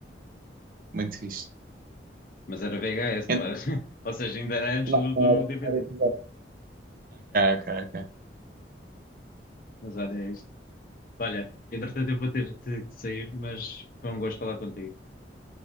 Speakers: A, on the right (about 50°); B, on the left (about 50°).
A: muito fixe.
B: Mas era VHS,
A: Então,
B: não era? <laughs> Ou seja, ainda era antes
A: não,
B: do, do
A: não era-
B: DVD.
A: não era episódio. Ok, ok.
B: Mas olha, é isto. Olha, entretanto eu vou ter que, que sair, mas foi um gosto falar contigo.